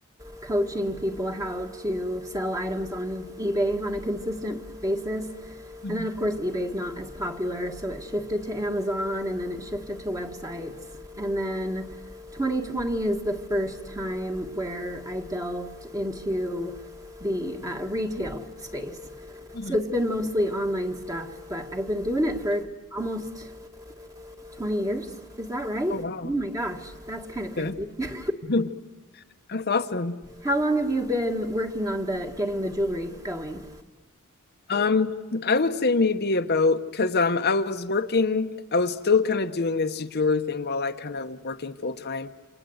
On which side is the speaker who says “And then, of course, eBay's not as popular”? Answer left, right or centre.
Right